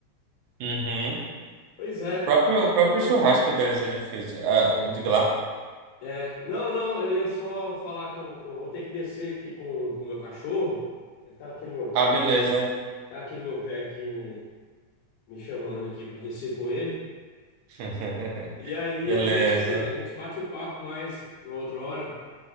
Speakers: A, on the right; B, on the left.
A: Uhum.
B: Pois
A: O
B: é,
A: próprio, o próprio
B: eu vou.
A: churrasco deles é difícil. Ah, o- diga lá.
B: É, não, não, eu ia só falar que eu, eu vou ter que descer aqui com com o meu cachorro. Ele tá aqui no meu pé
A: Ah, beleza.
B: aqui, tá aqui no meu pé aqui me, me chamando aqui para descer com ele.
A: <laughs>
B: E aí
A: Beleza.
B: a gente, a gente bate um papo mais uma outra hora,